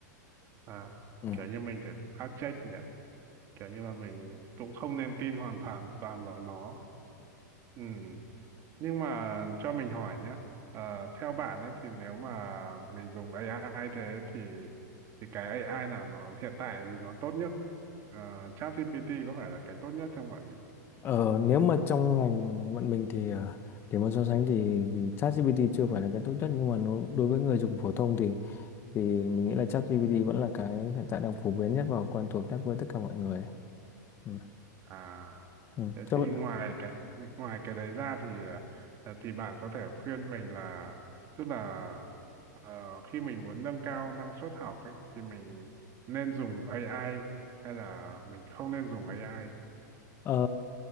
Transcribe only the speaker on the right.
à.
kiểu như mình phải fact check nhỉ kiểu như là mình cũng không nên tin hoàn toàn toàn vào nó ừ. nhưng mà cho mình hỏi nhé ờ, theo bạn ấy thì nếu mà mình dùng AI thế thì thì cái AI nào nó hiện tại thì nó tốt nhất Ờ, ChatGPT có phải là cái tốt nhất không bạn nhỉ
à
thế
thì
ngoài cái ngoài cái đấy ra thì ờ, thì bạn có thể khuyên mình là tức là Ờ, khi mình muốn nâng cao năng suất học ấy thì mình nên dùng AI hay là mình không nên dùng AI